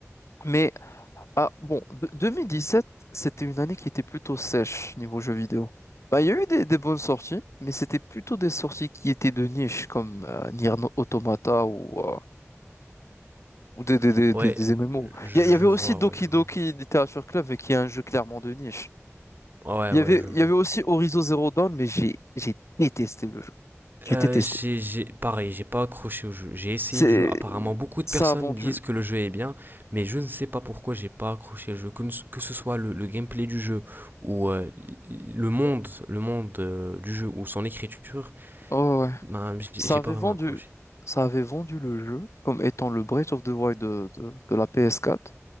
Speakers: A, on the left (about 65°); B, on the right (about 40°).
A: Mais ah, bon, de- 2017, c'était une année qui était plutôt sèche niveau jeux vidéo. Bah, il y a eu des, des bonnes sorties, mais c'était plutôt des sorties qui étaient de niche, comme euh, Nier No- Automata ou, euh, ou des, des, des,
B: Ouais,
A: des- des MMO.
B: je
A: Il y, a- il y avait
B: vois,
A: aussi Doki
B: ouais, je vois.
A: Doki Literature Club, mais qui est un jeu clairement de niche.
B: Ouais,
A: Il
B: ouais,
A: y avait,
B: je
A: il
B: vois.
A: y avait aussi Horizon Zero Dawn, mais j'ai j'ai détesté le jeu. J'ai
B: Euh,
A: détesté.
B: j'ai, j'ai- pareil, j'ai pas accroché au jeu. J'ai essayé
A: C'est,
B: le jeu. Apparemment, beaucoup de
A: ça
B: personnes
A: a vendu.
B: disent que le jeu est bien, mais je ne sais pas pourquoi j'ai pas accroché le jeu. Que, que ce soit le, le gameplay du jeu ou euh, le monde, le monde euh, du jeu ou son écriture,
A: Oh, ouais.
B: ben, j'ai
A: Ça
B: j'ai
A: avait
B: pas vraiment
A: vendu,
B: accroché.
A: ça avait vendu le jeu comme étant le Breath of the Wild de, de- de la ps quatre,